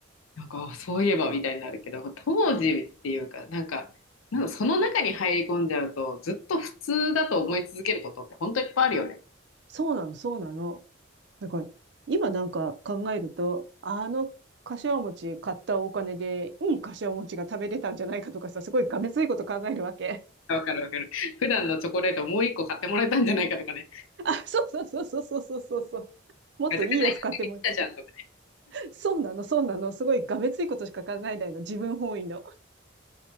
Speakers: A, on the left (about 85°); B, on the right (about 55°).
A: なんかそういえばみたいになるけど当時っていうかなんかなんかその中に入り込んじゃうとずっと普通だと思い続けることって本当いっぱいあるよね。
B: そうなの、そうなの。なんか今なんか考えると、あの、柏餅買ったお金で、いい柏餅が食べれたんじゃないかとかさ、すごいがめついこと考えるわけ。
A: わかるわかる。普段のチョコレートもう一個買ってもらえたんじゃないかとかね。
B: <laughs> あ、そうそうそうそうそうそうそうそう。もっといいやつ買っても、
A: ガチャガチャ来たじゃんとかね。
B: そうなの、そうなの。すごいがめついことしか考えないの。自分本位の。